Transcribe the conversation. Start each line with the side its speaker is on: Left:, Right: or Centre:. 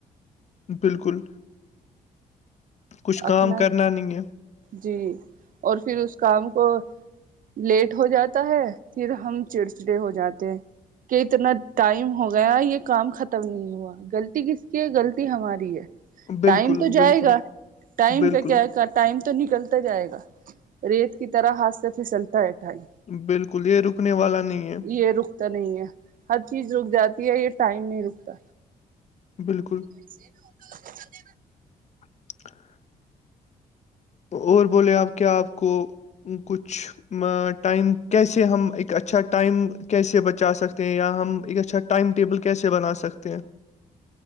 Left: بالکل کچھ کام
Right: اپنا
Left: کرنا نہیں ہے
Right: جی اور پھر اس کام کو لیٹ ہو جاتا ہے پھر ہم چڑچڑے ہو جاتے ہیں کہ اتنا ٹائم ہو گیا یہ کام ختم نہیں ہوا غلطی کس کی ہے غلطی ہماری ہے
Left: بالکل
Right: ٹائم تو
Left: بالکل
Right: جائے گا ٹائم
Left: بالکل
Right: کا کیا کا ٹائم تو نکلتا جائے گا ریت کی طرح ہاتھ سے پھسلتا ہے ٹائم
Left: بالکل یہ رکنے والا نہیں ہے
Right: یہ رکتا نہیں ہے ہر چیز رک جاتی ہے یہ ٹائم نہیں رکتا
Left: بالکل
Right: <inaudible>
Left: <inaudible> اور بولے آپ کیا آپ کو کچھ ٹائم کیسے ہم ایک اچھا ٹائم کیسے بچا سکتے ہیں یا ہم ایک اچھا ٹائم ٹیبل کیسے بنا سکتے ہیں